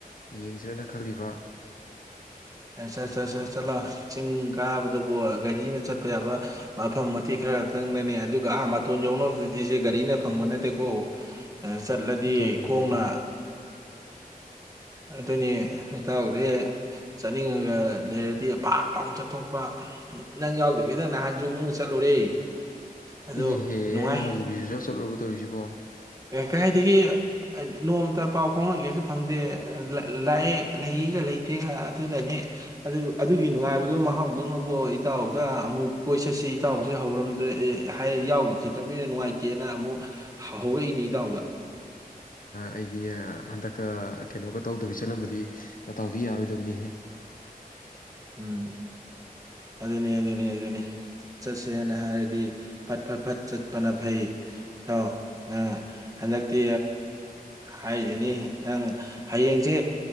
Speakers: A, on the left (about 65°); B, on the right (about 20°).
A: ꯌꯦꯡꯁꯤꯔꯅ ꯈꯜꯂꯤꯕ
B: ꯑꯦ ꯆꯠ ꯆꯠ ꯆꯠ ꯆꯠꯂꯣ ꯆꯤꯡ ꯀꯥꯕꯗꯕꯨ ꯒꯥꯔꯤꯅ ꯆꯠꯄ ꯌꯥꯕ ꯃꯐꯝ ꯃꯇꯦꯛ ꯈꯔꯇꯪꯅꯅꯦ ꯑꯗꯨꯒ ꯑꯥ ꯃꯇꯣꯟ ꯌꯧꯅꯕꯗꯗꯤꯁꯦ ꯒꯥꯔꯤꯅ ꯐꯪꯕ ꯅꯠꯇꯦꯀꯣ ꯆꯠꯂꯗꯤ
A: ꯑꯣꯟꯊꯣꯛꯄꯅꯤꯅꯦ
B: ꯈꯣꯡꯅ
A: ꯏꯇꯥꯎ
B: ꯑꯗꯨꯅꯤ ꯍꯇꯥꯎꯗꯤ ꯆꯠꯅꯤꯡꯉꯒ ꯂꯩꯔꯗꯤ ꯄꯥꯛ ꯂꯥꯎꯅ ꯆꯠꯊꯣꯛꯄ ꯅꯪ ꯌꯥꯎꯗꯕꯤꯗꯪ ꯅꯍꯥꯟꯁꯨ ꯑꯃꯨꯛ ꯆꯠꯂꯨꯔꯦ ꯑꯗꯣ
A: ꯏꯍꯦꯍꯦꯍꯦ
B: ꯅꯨꯡꯉꯥꯏ
A: ꯑꯩ ꯌꯥꯎꯕꯤꯁꯨ ꯆꯠ ꯆꯠꯂꯨꯔ ꯍꯥꯏꯔꯤꯁꯤ <unintelligible>
B: ꯀꯗꯥꯥꯏꯗꯒꯤ ꯅꯣꯡꯃꯇ ꯄꯥꯎ ꯐꯪꯍꯟꯒꯦꯁꯨ ꯐꯪꯗꯦ ꯂꯥꯛꯑꯦ ꯂꯩꯒ ꯂꯩꯇꯦꯒ ꯑꯗꯨꯅꯅꯤ ꯑꯗꯨ ꯑꯗꯨꯒꯤ ꯅꯨꯡꯉꯥꯏꯕꯗꯨꯣ ꯃꯍꯥꯎꯗꯨꯅꯕꯨ ꯏꯇꯥꯎꯗ ꯑꯃꯨꯛ ꯀꯣꯏ ꯆꯠꯁꯤ ꯏꯇꯥꯎꯁꯦ ꯍꯧꯔꯝꯗ꯭ꯔꯦ ꯌꯥꯎꯈꯤꯈꯤꯗ꯭ꯔꯕꯅꯤꯅ ꯅꯨꯡꯉꯥꯏꯇꯦꯅ ꯑꯃꯨꯛ ꯍꯧꯔꯛꯏꯅꯦ ꯏꯇꯥꯎꯗ
A: ꯑꯩꯗꯤ ꯍꯟꯗꯛꯀ ꯀꯩꯅꯣꯒ ꯇꯧꯗꯕꯤ ꯆꯠꯂꯝꯃꯗꯤ ꯇꯥꯎꯗꯤ ꯌꯥꯔꯣꯏꯗꯕꯅꯤꯍꯦ
B: ꯎꯝ ꯑꯗꯨꯅꯤ ꯑꯗꯨꯅꯤ ꯑꯗꯨꯅꯤ ꯆꯠꯁꯦꯅ ꯍꯥꯏꯔꯗꯤ ꯐꯠ ꯐꯠ ꯐꯠ ꯆꯠꯄꯅ ꯐꯩ ꯇꯥꯎ ꯅꯪ ꯍꯟꯗꯛꯇꯤ ꯍꯥꯏꯁꯤꯅꯤ ꯅꯪ ꯍꯌꯦꯡꯁꯦ